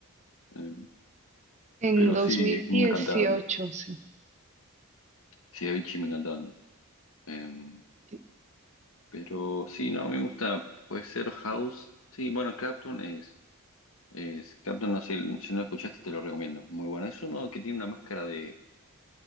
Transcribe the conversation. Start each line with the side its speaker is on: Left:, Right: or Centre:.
Left: Eh,
Right: En
Left: pero
Right: 2018,
Left: sí, me encantaba, Avicii.
Right: sí.
Left: sí, Avicii me encantaba a mí. Eh,
Right: De...
Left: pero sí, no, me gusta, puede ser House. Sí, bueno, Clapton es, es Clapton, no sé, si no lo escuchaste te lo recomiendo, muy bueno. Es uno que tiene una máscara de,